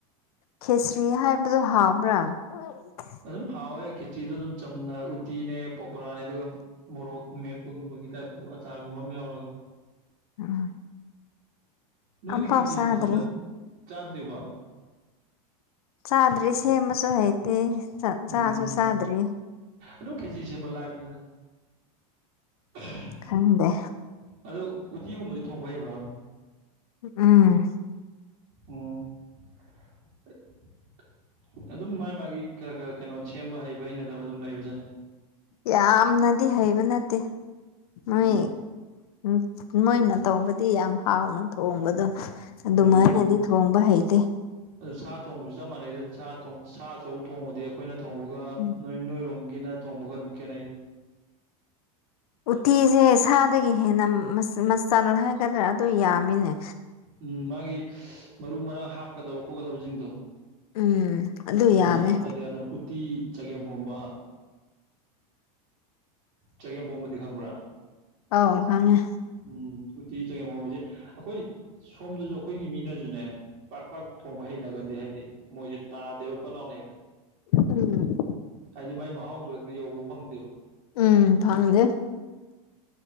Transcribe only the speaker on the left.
ꯈꯦꯆ꯭ꯔꯤ ꯍꯥꯏꯕꯗꯨ ꯍꯥꯎꯕ꯭ꯔꯥ <unintelligible>
<inaudible>
ꯑꯝꯐꯥꯎ
ꯆꯥꯗ꯭ꯔꯤ
ꯆꯥꯗ꯭ꯔꯤ ꯁꯦꯝꯃꯁꯨ ꯍꯩꯇꯦ ꯆ
ꯆꯥꯁꯨ ꯆꯥꯗ꯭ꯔꯤ
ꯈꯪꯗꯦ
ꯎꯝ
ꯌꯥꯝꯅꯗꯤ ꯍꯩꯕ ꯅꯠꯇꯦ ꯅꯣꯏ
ꯎꯝ ꯃꯣꯏꯅ ꯇꯧꯕꯗꯤ ꯌꯥꯝ ꯍꯥꯎꯅ ꯊꯣꯡꯕꯗꯣ ꯑꯗꯨꯃꯥꯏꯅꯗꯤ
ꯊꯣꯡꯕ ꯍꯩꯇꯦ
ꯎꯝ
ꯎꯇꯤꯁꯦ ꯁꯥꯗꯒꯤ ꯍꯦꯟꯅ ꯃꯆ ꯃꯆꯜ ꯍꯥꯏꯒꯗ꯭ꯔꯥ ꯑꯗꯨ ꯌꯥꯝꯅ‌ꯦ
ꯎꯝ ꯑꯗꯨ
ꯌꯥꯝꯃꯦ
ꯑꯧ ꯈꯪꯉꯦ
ꯎꯝ
ꯎꯝ ꯐꯪꯗꯦ